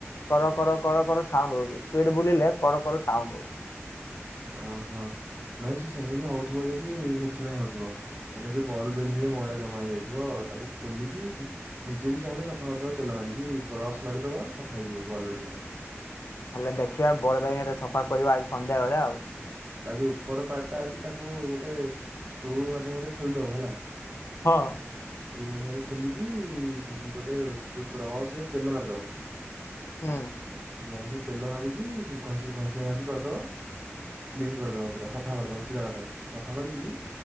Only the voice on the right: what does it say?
ଓହୋ ନାଇଁ ସିଏ ସେମିତି ହଉଥିବ ଯଦି ସେଥିପାଇଁ ହଉଥିବ ମାନେ ଯୋଉ
ବଲ ବେରିଙ୍ଗରା ମଇଳା ଜମା ହେଇଯାଇଥିବ ତାକୁ ଖୋଲିକି ନିଜେ ବି ଚାହିଁଲେ ସଫା କରିଦବ ତେଲ ମାରିକି ବ୍ରସ ମାରିଦବ ସଫା ହେଇଯିବ ବଲ୍ ବେରିଙ୍ଗଟା।
ତାର ଯୋଉ ଉପର ପାର୍ଟଟା ଅଛି ତାକୁ ଗୋଟେ ସ୍କ୍ରୁ ମାଧ୍ୟମରେ ଖୋଲିଦବ ହେଲା।
ସ୍କୃ ମଧ୍ୟରେ ଖୋଲିକି ଗୋଟେ ଯୋଉ ବ୍ରସ ରେ ତେଲ ମାରିଦବ।
ବ୍ରସରେ ତେଲ ମାରିକି ଘଷି ଘସିମାଜି କରିଦବ। କ୍ଲିନ କରିଦବ ପୁରା ସଫା କରିଦବ ଅଛି ଜାଗା ଟାକୁ ସଫା କରିକି